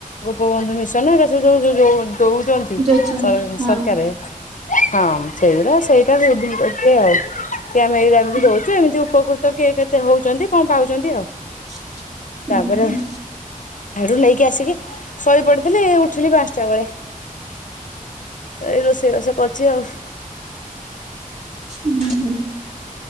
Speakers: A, on the left; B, on the right.
A: ଗୋପବନ୍ଧୁ ମିଶନ ଏରା ସବୁ ଯୋ ଯୋଉ <unintelligible>
B: ଯୋଜନା
A: ସର
B: ହଁ।
A: ସରକାରେ ହଁ ସେଇଗୁରା ସେଇଟା ବି <unintelligible> ଆଉ କି ଆମେ <unintelligible> ଏମ୍ତି
B: ହୁଁ
A: <unintelligible> ଏମ୍ତି ଉପକୃତ କିଏ କେତେ ହଉଚନ୍ତି କଣ ପାଉଚନ୍ତି ଆଉ।
B: <inaudible>
A: ତାପରେ
B: ହୁଁ।
A: ଆଡୁ ନେଇକି ଆସିକି ଶୋଇ ପଡ଼ିଥିଲି ଉଠିଲି ପାଞ୍ଚଟା ବେଳେ। ଏଇ ରୋଷେଇ ବାସ କରଚି ଆଉ।
B: ହୁଁ।